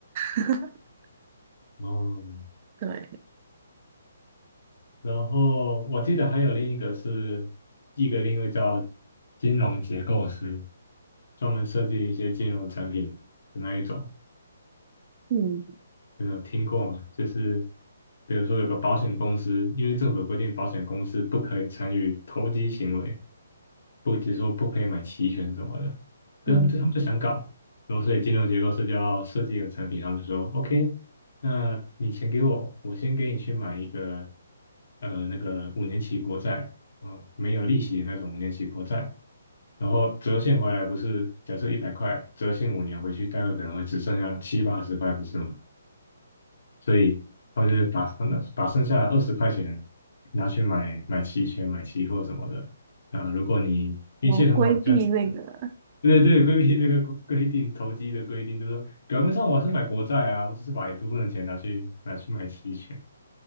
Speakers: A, on the right; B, on the left.
A: <laughs>
B: 哦，
A: 对，
B: 然后我记得还有另一个是一个另一个叫金融结构师，专门设计一些金融产品的那一种。
A: 嗯
B: 有没有听过吗就是比如说有个保险公司，因为政府有规定，保险公司不可以参与投机行为，不，只是说不可以买期权什么的。可是他们就他们就想搞，
A: 嗯，
B: 然后所以金融结构师就要设计一个产品，他们说 OK，那你钱给我，我先给你去买一个呃那个五年期国债，啊，没有利息的那种五年期国债。然后折现回来不是，假设一百块，折现五年回去，大概可能会只剩下七八十块，不是吗？所以他就会把那把剩下的二十块钱拿去买买期权、买期货什么的。啊，如果你运气很好，
A: 我规避那个。
B: 你赚。对对对，规避那个规规定，投机的规定，就是说表面上我还是买国债啊，我只是把一部分的钱拿去拿去买期权。